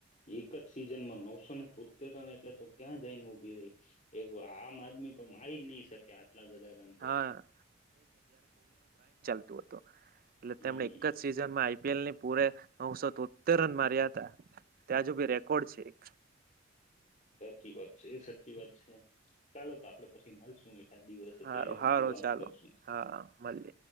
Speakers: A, on the left (about 40°); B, on the right (about 50°).
A: એક જ સિઝન માં નવસો ને તોતેરને એટલે તો ક્યાં જઈને ઉભી રહી એ આમ આદમી તો મારી જ નહી શકે આટલા બધા રન તો
B: હા તો હતો એટલે
A: હમ
B: તેમણે એક જ સિઝનમાં આઈપીએલ ની પૂરે નવસો તો તેર રન માર્યા હતા ત્યાંજુબી રેકોર્ડ છે.
A: સાચી વાત છે એ સાચી વાત છે. ચાલો તો આપડે પછી મલશું. આ દિવસે
B: હારો
A: ત્યારે
B: હારો
A: છી વાત
B: ચાલો
A: કરશું.
B: હા મળીએ